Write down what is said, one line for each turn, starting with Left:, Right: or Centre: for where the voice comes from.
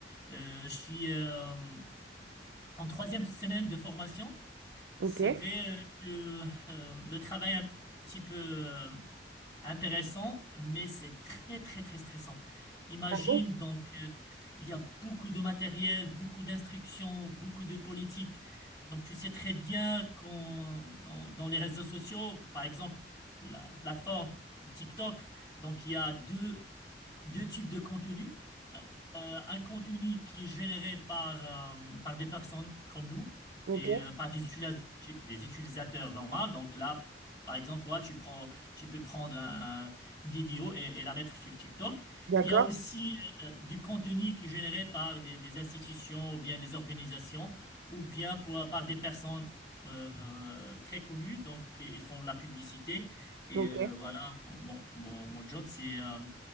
Left: euh, je suis euh, en troisième semaine de formation.
Right: Ok.
Left: C'est vrai euh, que euh, le travail est un petit peu euh, intéressant, mais c'est très, très, très stressant. Imagine,
Right: Bravo.
Left: donc, euh, il y a beaucoup de matériel, beaucoup d'instructions, beaucoup de politique. Donc, tu sais très bien qu'on, on- dans les réseaux sociaux, par exemple, la, la plateforme TikTok, donc, il y a deux deux types de contenus. Euh, euh, un contenu qui est généré par, euh, par des personnes comme nous
Right: Ok.
Left: et euh, par des, utilis- des utilisateurs normaux. Donc là, par exemple, toi, tu prends, tu peux prendre un- une vidéo et, et la mettre sur TikTok.
Right: D'accord.
Left: Il y a aussi euh, du contenu qui est généré par des, des institutions ou bien des organisations ou bien pour- par des personnes euh, euh, très connues. Donc, ils font de la publicité. Et
Right: Ok.
Left: euh, voilà, mon, mon- mon- mon job, c'est... euh,